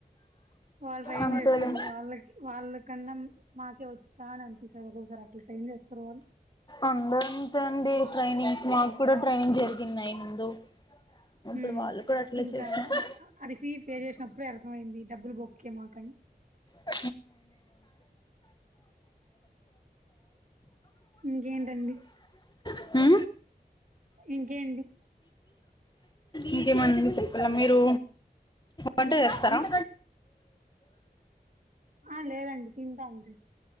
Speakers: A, on the right (about 50°); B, on the left (about 25°).
A: వాళ్ళు ట్రైన్
B: అంతేలే
A: చేస్తారు వాళ్ళకి వాళ్ళ కన్నా మాకే వచ్చు కాన అంత సగసార్ అట్లా ట్రైం చేస్తారు వాళ్ళు
B: అందరూ అంతే అండి ట్రైనింగ్స్ మాకు కూడా ట్రైనింగ్ జరిగిందియి ముందు ఇప్పుడు
A: ఉ
B: వాళ్ళు కూడా అట్లే
A: ఇంకా
B: చేసినారు
A: అరిఫీ పే చేసినప్పుడే అర్థంమయింది డబ్బులు బొక్కే మాకని
B: అ
A: ఇంకేంటండి
B: ఆ
A: ఇంకేంటి
B: ఇంకేమంది చెప్పాల మీరు బండ వస్తరం
A: ఆ లేదండి తింటాంది